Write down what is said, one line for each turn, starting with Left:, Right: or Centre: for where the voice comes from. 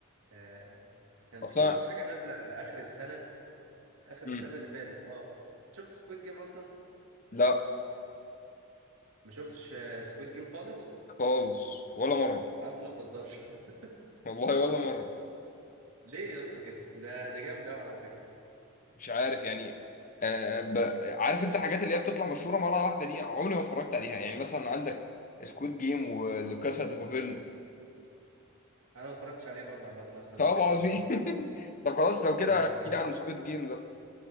Right: آه كان
Left: اصلا
Right: في حاجة نازلة على اخر السنة اخر
Left: مم.
Right: السنة اللي فاتت اه شفت سكويد جيم اصلا
Left: لا
Right: ما شفتش سكويد جيم خالص
Left: خالص ولا مره
Right: يا عم ما تهزرش <laughs>
Left: والله ولا مره
Right: ليه يا اسطى كده ده ده جامد قوي على فكرة
Left: مش عارف يعني آه ب... عارف انت الحاجات اللي هي بتطلع مشهوره مره واحده دي عمري ما اتفرجت عليها يعني مثلا عندك سكويد جيم ولوكاسا دي بابيل
Right: انا ما اتفرجتش عليه برضه عامة اصلا
Left: طب
Right: اللي كاسل
Left: عظيم
Right: ده
Left: <laughs> طب خلاص لو كده
Right: يعني
Left: احكي لي عن سكويد جيم ده